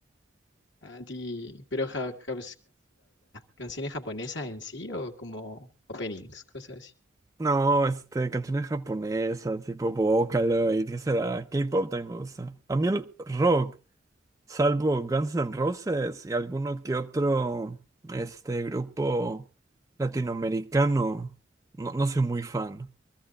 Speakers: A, on the left; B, on the right.
A: A ti, pero ja- ja- canciones japonesas en sí o como openings, cosas así.
B: No, este, canciones japonesas, tipo Vocaloid, ¿qué será? K-pop también me gusta. A mí el rock, salvo Guns N' Roses y alguno que otro, este, grupo latinoamericano, no, no soy muy fan.